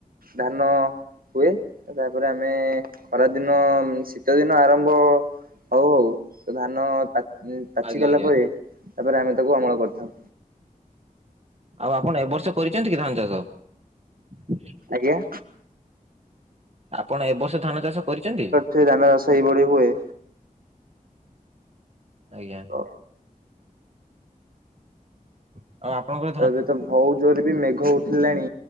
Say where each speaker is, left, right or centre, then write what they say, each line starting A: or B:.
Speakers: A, on the right; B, on the right.
A: ଧାନ ହୁଏ ତାପରେ ଆମେ ଖରାଦିନ ଶୀତ ଦିନ ଆରମ୍ଭ ହଉ ହଉ ତ ଧାନ ପା
B: ଆଜ୍ଞା
A: ଚି ଗଲା
B: ଆଜ୍ଞା
A: ପରେ ତାପରେ ଆମେ ତାକୁ ଅମଳ କରିଥାଉ।
B: ଆଉ ଆପଣ ଏବ ବର୍ଷ କରିଛନ୍ତି କି ଧାନ ଚାଷ?
A: ଆଜ୍ଞା।
B: ଆପଣ ଏବ ବର୍ଷ ଧାନ ଚାଷ କରିଛନ୍ତି?
A: ସେ ଧାନ ଚାଷ ଏଇଭଳି ହୁଏ।
B: ଆଜ୍ଞା।
A: ହ
B: ଆଉ ଆପଣଙ୍କ
A: ଏବେ ତ ଭଉ ଜୋରେ ବି ମେଘ ଉଠିଲାଣି।